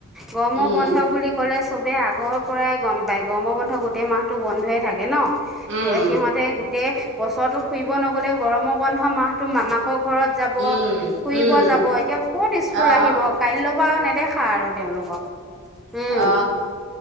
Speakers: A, in the centre; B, on the right (about 55°).
A: গৰমৰ
B: উম
A: বন্ধ বুলি কলে চবে আগৰ পৰাই গম পায় গৰম বন্ধ গোটেই মাহটো বন্ধইে থাকে ন
B: উম
A: তে সিহঁতে গো- টে বছৰটো ফুৰিব নগলেও গৰমৰ বন্ধ মাহটো মামাকৰ ঘৰত যাব।
B: উম
A: ফুৰিব
B: উম
A: যাব এতিয়া কত স্কুল
B: আহ
A: আহিব কাইলৈৰ পৰা নেদেখা আৰু তেওঁলোকক উম
B: অ অ